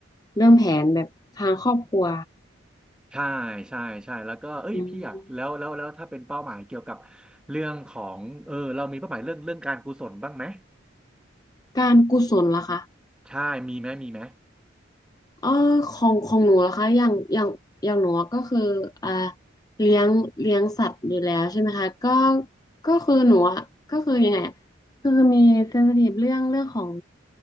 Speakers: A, on the left; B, in the centre.
A: เรื่องแผนแบบทางครอบครัว
B: ใช่ใช่ใช่แล้วก็เอ้ยพี่อยากแล้วแล้วแล้วถ้าเป็นเป้าหมายเกี่ยวกับ
A: อืม
B: เรื่องของเออเรามีเป้าหมายเรื่องเรื่องการกุศลบ้างไหม
A: การกุศลล่ะคะ
B: ใช่มีไหมมีไหม
A: เออของของหนูนะคะอย่างอย่างอย่างหนูก็คืออ่าเลี้ยงเลี้ยงสัตว์อยู่แล้วใช่ไหมคะก็ก็คือหนูอะก็คือยังไงอะคือมีเซนซิทีฟเรื่องเรื่องของ